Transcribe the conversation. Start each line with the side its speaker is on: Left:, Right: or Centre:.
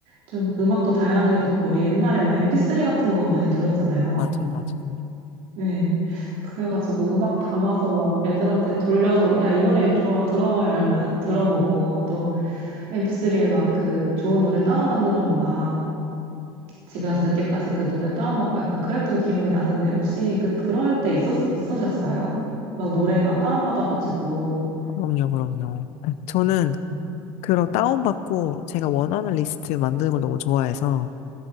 Right: 좀 음악도 다양하게 듣고 우리 옛날에 막 MP3 같은 거 많이 들었잖아요.
Left: 맞아요, 맞아요.
Right: 네. 그래가지고 음악 담아서 막 애들한테 돌려서 야, 이 노래 좋아 들어봐 이러면 들어보고 또 MP3에 막 그 좋은 노래 다운받느라고 막 집에 와서 늦게까지 그 노래 다운받고 약간 그랬던 기억이 나는데 혹시 그, 그럴 때 있었, 있으셨어요? 막 노래 막 다운받아가지고
Left: 그럼요, 그럼요. 저는
Right: 음.
Left: 그런 다운받고 제가 원하는 리스트 만드는 걸 너무 좋아해서